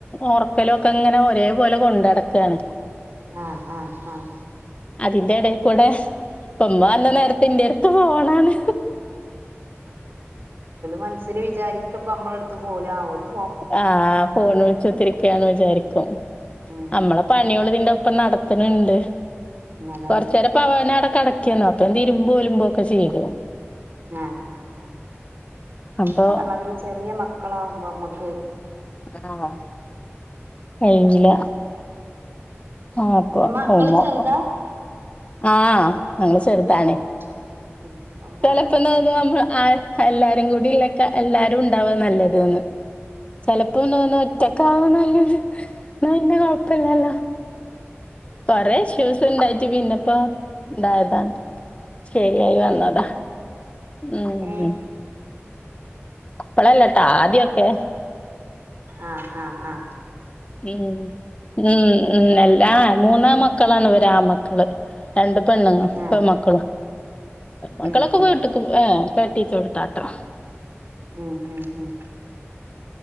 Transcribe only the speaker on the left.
ഒറക്കലും ഒക്കെ ഇങ്ങനെ ഒരേപോലെ കൊണ്ടടക്കാണ്
അതിന്റെ ഇടേക്കൂടെ അപ്പ ഉമ്മ വന്ന നേരത്തെ ഇൻ്റെടുത്ത് ഫോണാണ്
ആഹ് ഫോണ് വിളിച്ച കുത്തിരി കാന്ന് വിചാരിക്കും
നമ്മളെ പണിയൊള് ഇതിന്റെ ഇപ്പൊ നടത്തണിണ്ട്
കൊറച്ച് നേരം പവന അവിടെ കിടക്കേനു <unintelligible> തിരുമ്പോ വലുമമ്പോ ഒക്കെ ചെയ്തോ
അപ്പൊ
ആഹ് കഴിഞ്ഞില്ല ആഹ് ഇപൊ
കഴിഞ്ഞു
ആഹ് അങ്ങെ ചെറുതാാണ്
ചിലപ്പോ തോന്നുന്നു നമ്മ എല്ലാരും കൂടില്ല എല്ലാരും ഉണ്ടവാ നല്ലത്ന്ന് ചെിലപ്പോ തോന്നുന്നു ഒറ്റക്ക ആകന്നല്ലന്ന് എന്ന പിന്നെ കൊഴപ്പില്ലല്ലോ കേ ഹ്യസ് ണ്ടായിട്ട പിന്നപ്പ ഇതായതാ ശരിയായി വന്നതാ
ഉ
കപ്പളല്ലട്ടാ ആദ്യൊക്കെ
ഉം ഉം ഉ എല്ലാ മൂന്നാ മക്കളാണ്വര് ആ മക്കള് രണ്ട് പെണ്ണു ഇപ്പൊ
മക്കളും മക്കളൊക്കെ
പോയിട്ടക്ക് ഏ തട്ടിച്ച കൊടുത്താട്ടോ